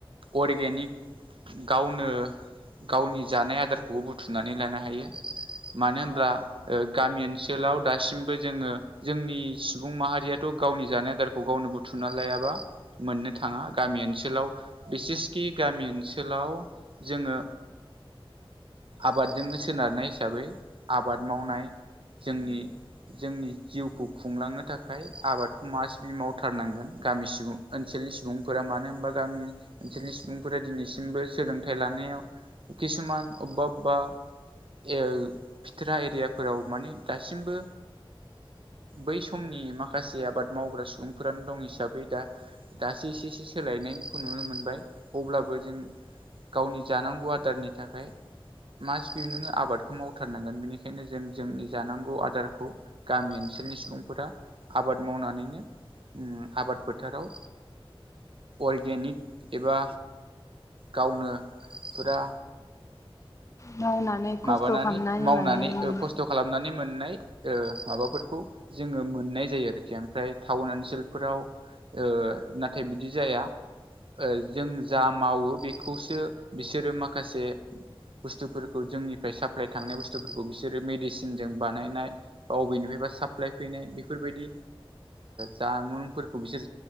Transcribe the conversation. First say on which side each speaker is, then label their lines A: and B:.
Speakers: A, on the right; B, on the left.
A: अरगेनिक गावनो गावनि जानाय आदारखौबो बुथुम बुथुनानै लानो हायो। मानो होनब्ला गामि ओनसोलाव दासिमबो जोङो जोंनि सुबुं माहारियाथ गावनि जानाय आदारखौ गावनो बुथुमना लायाबा मोननो थाङा। गामि ओनसोलाव बिसेसखि गामि ओनसोल ओनसोलाव जोङो आबादजोंनो सोनारनाय हिसाबै आबाद मावनाय जोंनि जोंनि जिउखौ खुंलांनो थाखाय आबादखौ मासबि मावथारनांगोन। गामि सुबुं ओनसोलनि सुबुंफोरा मानो होनबा गामि ओनसोलनि सुबुंफोरा दिनै सिमबो सोलोंथाइ लानायाव किसुमान अबेबा अबेबा ओ फिथोरा एरियाफोराव माने दासिमबो बै समनि माखासे आबाद मावग्रा सुबुंफोरानो दं हिसाबै, दा दासो एसे एसे सोलायनायखौ नुनो मोनबाय। अब्लाबो जों गावनि जानांगौ आदारनि थाखाय मासबि नोङो आबादखौ मावथारनांगोन। बेनिखायनो जों जोंनि जानांगौ आदारखौ गामि ओनसोलनि सुबुंफोरा आबाद मावनानैनो आबाद फोथाराव अरगेनिक एबा गावनो फुरा
B: मावनानै खस्थ'
A: माबानानै
B: खालामनानै
A: मावनानै
B: माने
A: खस्थ खालामनानै मोननाय माबाफोरखौ जोङो मोननाय जायो आरोखि। ओमफ्राय टाउन ओनसोलफोराव ओ नाथाय बिदि जाया। जों जा मावो बेखौसो बिसोरो माखासे बुस्थुफोरखौ खौ जोंनिफ्राय साप्लाइ थांनाय बुस्थुफोरखौ बिसोरो मेडिसिनजों बानायनाय अबेनिफ्रायबा साप्लाइ फैनाय। बेफोरबायदि जामुंफोरखौ बिसोर